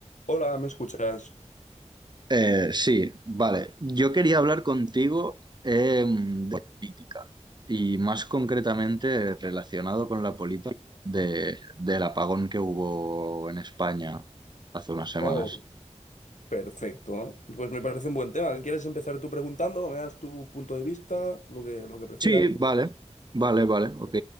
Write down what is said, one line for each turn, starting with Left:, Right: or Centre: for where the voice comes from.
Left: Hola, ¿me escuchas?
Right: Eh, sí, vale. Yo quería hablar contigo em, de política y más concretamente relacionado con la política de, del apagón que hubo en España hace unas semanas.
Left: Oh, perfecto. Pues me parece un buen tema. ¿Quieres empezar tú preguntando o me das tu punto de vista, lo que, lo que prefieras?
Right: Sí, vale, vale, vale, ok.